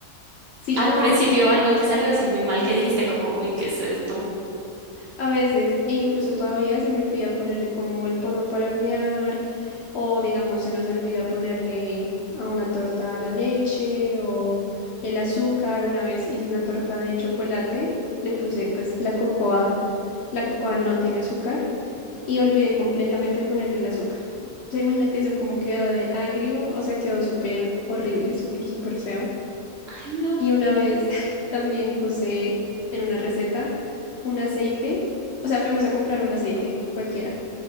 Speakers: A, on the left (about 65°); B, on the right (about 55°).
A: Sí,
B: Al
A: no,
B: principio algo te salió así muy mal que dijiste como, uy, ¿qué es esto?
A: A veces, e incluso todavía se me olvida ponerle como el polvo para hornear, o digamos, se nos olvida ponerle a una torta la leche o el azúcar. Una vez hice una torta de chocolate, le puse pues la cocoa, la cocoa no tiene azúcar y olvidé completamente ponerle el azúcar. O sea, imagínate eso, cómo quedó de agrio, o sea, quedó súper horrible, súper, súper feo.
B: Ay, no,
A: Y una vez <laughs> también usé en una receta un aceite, o sea, fuimos a comprar un aceite cualquiera.